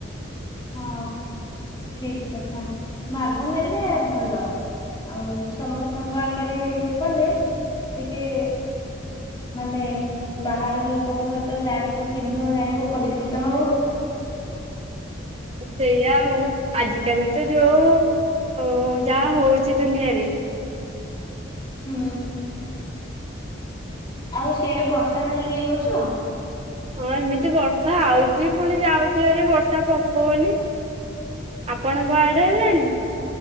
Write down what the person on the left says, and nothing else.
ହଁ ଠିକ କଥା ଭାଗ ନେଲେ ଭଲ ଆଉ ସମସ୍ତଙ୍କ ଆଗରେ ଇଏ କଲେ ଟିକେ ମାନେ ବାହାର ଲୋକଙ୍କ ସହିତ ଜାଣିବ ଚିହ୍ନିବ ଜାଣିବ ପରିଚିତ ହବ।
ହୁଁ। ଆଉ ସିଆଡେ ବର୍ଷା ହେଲାଣି ଏଇ ବର୍ଷ।